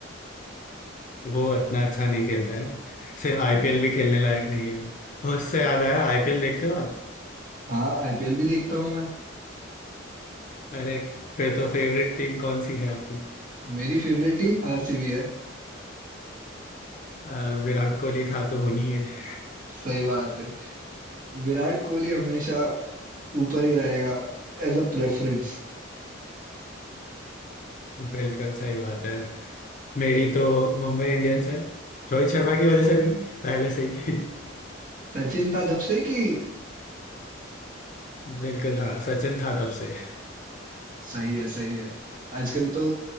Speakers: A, on the left (about 40°); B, on the right (about 40°).
A: वो इतना अच्छा नहीं खेलता है सिर्फ
B: हम्म,
A: आईपीएल भी खेलने लायक नहीं है वो। उससे याद आया आईपीएल देखते हो आप
B: हाँ आईपीएल भी देखता हूँ मैं
A: अरे फिर तो फेवरेट टीम कौन सी है आपकी
B: मेरी फेवरेट टीम आरसीबी है
A: अ, विराट कोहली था तो होनी है
B: सही बात है विराट कोहली हमेशा ऊपर ही रहेगा एज अ प्रेफरेंस
A: बिल्कुल सही बात है मेरी तो मुंबई इंडियंस है रोहित शर्मा की वजह से नहीं पहले से ही <laughs>
B: सचिन था जब से कि
A: बिल्कुल हाँ सचिन था तब से
B: सही है सही है आजकल तो